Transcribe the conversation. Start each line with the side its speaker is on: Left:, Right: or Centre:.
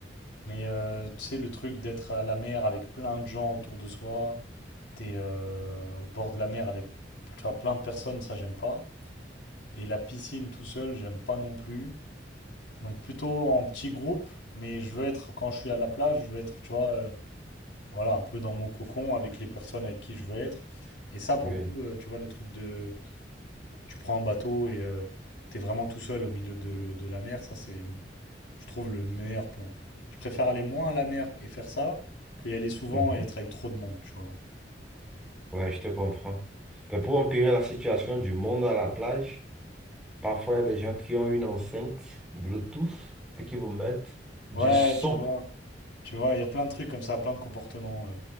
Left: Mais euh, tu sais, le truc d'être à la mer avec plein de gens autour de soi, t'es euh, au bord de la mer avec tu vois, plein de personnes, ça, j'aime pas. Et la piscine tout seul, j'aime pas non plus. Donc plutôt en petit groupe, mais je veux être, quand je suis à la plage, je veux être, tu vois, euh, Voilà, un peu dans mon cocon avec les personnes avec qui je veux être. Et ça, pour
Centre: Oui.
Left: le coup, euh, tu vois, le truc de... Tu prends un bateau et euh, t'es vraiment tout seul au milieu de, de la mer, ça, c'est, je trouve, le meilleur plan. Je préfère aller moins à la mer et faire ça que y aller souvent
Centre: Mhm.
Left: et être avec trop de monde, tu vois.
Centre: Ouais, je te comprends. Mais pour empirer la situation du monde à la plage, parfois il y a des gens qui ont une enceinte Bluetooth et qui vous mettent du
Left: Ouais,
Centre: son.
Left: tu vois, tu vois, il y a plein de trucs comme ça, plein de comportements. euh.